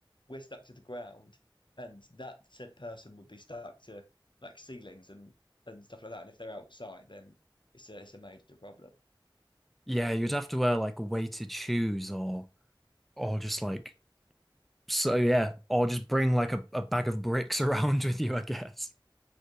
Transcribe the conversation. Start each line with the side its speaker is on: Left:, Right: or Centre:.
Left: we're stuck to the ground, and that said person would be stuck to like ceilings and and stuff like that. And if they're outside, then it's a it's a major problem.
Centre: yeah, you'd have to wear like weighted shoes or or just like so yeah, or just bring like a, a bag of bricks <laughs> around with you, I guess.